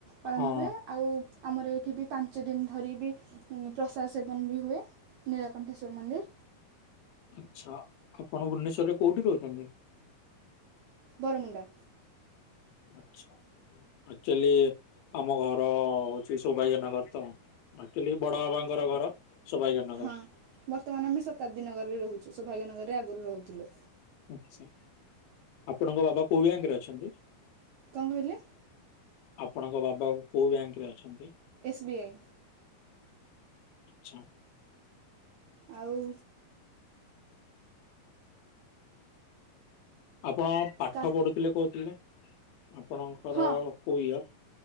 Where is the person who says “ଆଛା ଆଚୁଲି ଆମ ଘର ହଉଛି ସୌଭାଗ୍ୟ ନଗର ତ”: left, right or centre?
Left